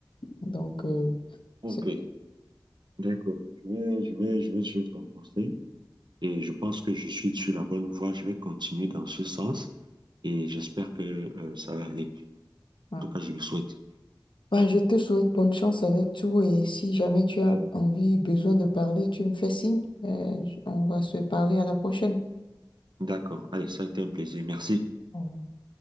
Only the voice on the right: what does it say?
Ok,
d'accord. Je vais, je vais, je vais suivre ton conseil et je pense que je suis sur la bonne voie. Je vais continuer dans ce sens et j'espère que euh, ça va aller. En
tout cas, je le souhaite.
D'accord. Allez, ça a été un plaisir. Merci.